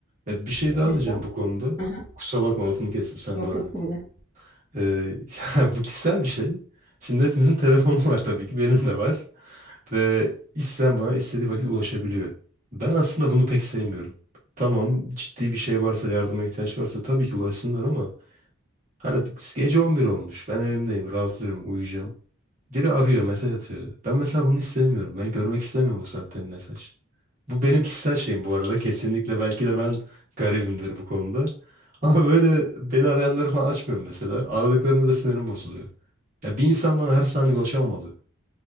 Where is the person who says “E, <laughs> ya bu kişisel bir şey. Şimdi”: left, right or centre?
Right